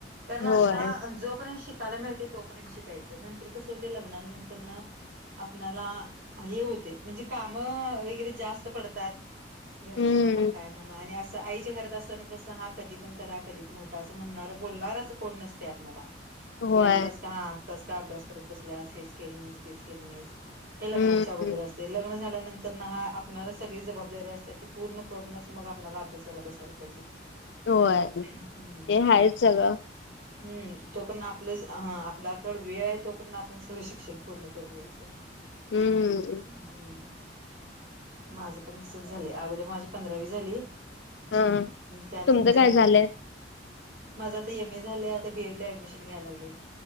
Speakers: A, on the right (about 55°); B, on the left (about 70°).
A: कारण
B: होय
A: आता जोपर्यंत शिकायला मिळते तोपर्यंत शिकायचं नंतर कसं होते लग्ना नंतर ना आपणाला हाय होते म्हणजे काम वगैरे जास्त पडतात घरची
B: हम्म
A: म्हणा काय म्हणा आणि अस आईच्या घरात असतना कसं हा कधी पण करा कधी पण उठा असं म्हणणार बोलणारच कोण नसते आपल्याला
B: होय
A: दे आत्ताच का आत्ताच का अभ्यास करत बसल्यास हेच केलं नाहीस तेच केलं नाहीस हे लग्नाच्या
B: हम्म
A: अगोदर असते लग्न झाल्यानंतर हा आप सगळी जबाबदारी असते पूर्ण करूनच मग आपला अभ्यासाला बसायला पाहिजे
B: होय
A: हम्म
B: ते हायच सगळं
A: हम् तोपर्यंत आपलं आपल्याकड वेळ आहे तोपर्यंत आपण सगळं शिक्षण पूर्ण करून घ्यायचं आवाज ऐकू येत नाही
B: हम्मम्म्
A: हम्म माझ पण तसच झालं अगोदर माझी पंधरावी झाली
B: हा
A: त्यानंतर
B: तुमचं काय
A: लग्नान
B: झालंय
A: माझा आता एम ए झालं आता बीएड ला ऍडमिशन घ्याय लागले